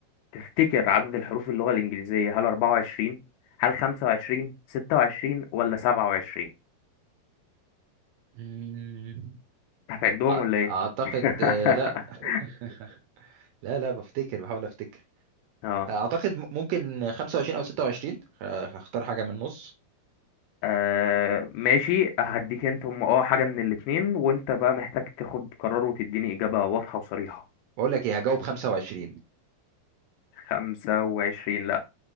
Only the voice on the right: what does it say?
مم،
أع-
أعتقد
آه، لا <laughs> لا لا بفتكر بحاول أفتكر
أعتقد م- ممكن 25 أو 26 خ- هختار حاجة من النص
بقول لك إيه هجاوب 25